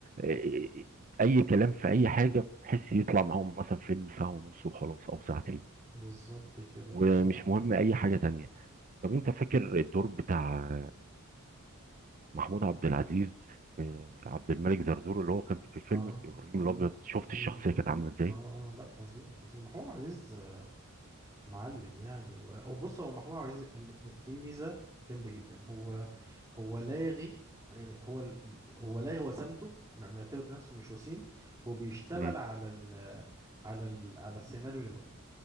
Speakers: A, on the right; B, on the right.
A: آه، اي كلام في اي حاجه بحيث يطلع معاهم مثلا فيلم ساعه ونص وخلاص او ساعتين
B: بالظبط كده
A: ومش
B: بالظبط
A: مهم اي حاجه تانية طب انت فاكر الدور بتاع محمود عبد العزيز آه، عبد الملك زرزور اللي هو كان في فيلم
B: اه
A: ابراهيم الابيض شفت
B: ايوه
A: الشخصيه
B: بقى.
A: كانت عامله ازاي
B: اه اه لا فظيع فظيع محمود عزيز آه، معلم يعني و- هو بص هو محمود عزيز م- م- في ميزه جامده جدا هو هو لاغي يعني هو ال- ال- هو لاغي وسامته مع- معتبر نفسه مش وسيم وبيشتغل
A: مم.
B: على ال على ال على السيناريو اللي مكتوب